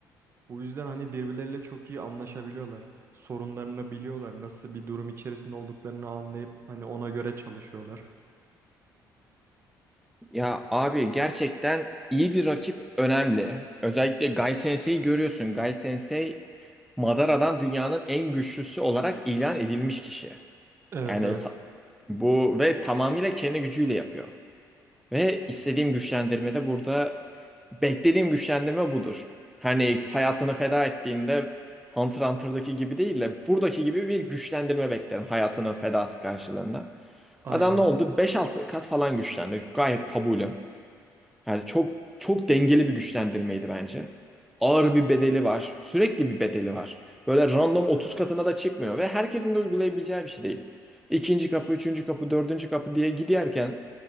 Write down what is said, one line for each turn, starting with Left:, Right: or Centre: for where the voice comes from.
Right: Bu yüzden hani birbirleriyle çok iyi anlaşabiliyorlar. Sorunlarını biliyorlar. Nasıl bir durum içerisinde olduklarını anlayıp hani ona göre çalışıyorlar.
Centre: ya abi gerçekten iyi bir rakip önemli. Özellikle Gai Sensei'yi görüyorsun. Gai Sensei Madara'dan dünyanın en güçlüsü olarak ilan edilmiş kişi.
Right: Evet
Centre: Yani
Right: evet.
Centre: sa- bu ve tamamıyla kendi gücüyle yapıyor. Ve istediğim güçlendirme de burada beklediğim güçlendirme budur. Hani hayatını feda ettiğinde Hunter x Hunter'daki gibi değil de buradaki gibi bir güçlendirme beklerim hayatının fedası karşılığında.
Right: Aynen.
Centre: Adam ne oldu? Beş altı kat falan güçlendi. Gayet kabulüm. Yani çok çok dengeli bir güçlendirmeydi bence. Ağır bir bedeli var. Sürekli bir bedeli var. Böyle random 30 katına da çıkmıyor ve herkesin de uygulayabileceği bir şey değil. İkinci kapı, üçüncü kapı, dördüncü kapı diye giderken